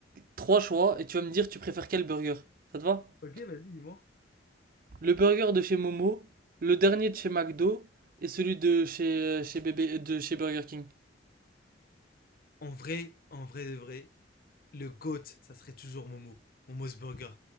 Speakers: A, on the right (about 50°); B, on the left (about 55°).
A: trois choix et tu vas me dire tu préfères quel burger. Ça te va?
B: hein. Ok, vas-y, dis-moi.
A: Le burger de chez Momo, le dernier de chez McDo et celui de chez chez bébé de chez Burger King.
B: En vrai, en vrai de vrai, le GOAT, ça serait toujours Momo. Momo's Burger.